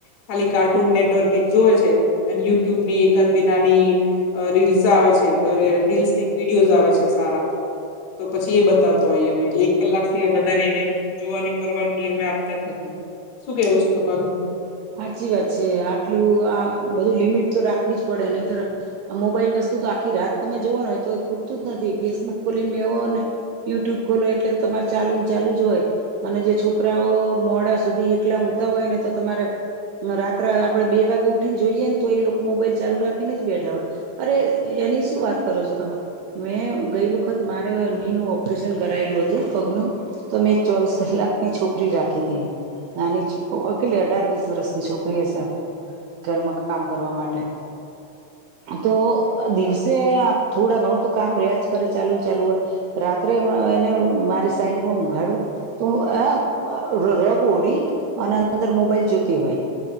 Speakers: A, on the left; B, on the right.
A: ખાલી કાર્ટૂન નેટવર્ક એક જોવે છે અને યુટ્યુબ ની એકાદ બિનાની અહ રીલ્સ આવે છે રીલ્સની એક વિડીયોઝ આવે છે સારા તો પછી એ બતાવતો હોઈ અમે એટલે એક કલાકથી વધારે એને જોવાની પરવાનગી અમે આપ તાજ નથી શું કેવું છે તમારું?
B: હાચી વાત છે. આટલું આ બધું લિમિટ તો રાખવી જ પડે નહીતર આ મોબાઈલ વસ્તુ તો આખી રાત તમે જુઓ ને તો ખુટતું જ નથી ફેસબુક ખોલીને બેહો ને યુટ્યુબ ખોલો એટલે તમારે ચાલુ ને ચાલુ જ હોય. અને જે છોકરાઓ મોડા સુધી એકલા ઊંઘતા હોય ને તો તમારે રાત્રા આપડે બે વાગે ઉઠી ને જોઈએ ને તો એ લોકો મોબાઈલ ચાલુ રાખીને જ બેઠા હોય. અરે એની શું વાત કરો છો તમે. મેં ગઈ વખત મારે ની નું ઓપરેશન કરાયેલું હતું પગનું. તો મેં એક ચોવીસ કલાક ની છોકરી રાખી તી નાની જ કેટલી અઢાર વીસ રસ ની છોકરી હશે ઘરમાં કામ કરવા માટે. તો દિવસે આ થોડા ઘણું તો કામ રહ્યાજ કરે ચાલુ ને ચાલુ હોય. રાત્રે એને મારી સાઈડમાં ઊઘાડું તો હ રગ ઉડી અને અંદર મોબાઈલ જોતી હોય.